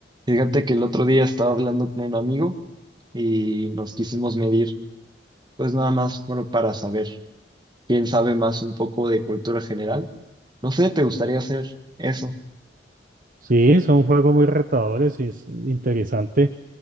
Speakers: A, on the right (about 25°); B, on the right (about 50°).
A: Fíjate que el otro día estaba hablando con un amigo y nos quisimos medir, pues nada más bueno, para saber quién sabe más un poco de cultura general. No sé, ¿te gustaría hacer eso?
B: Sí, son juegos muy retadores y es interesante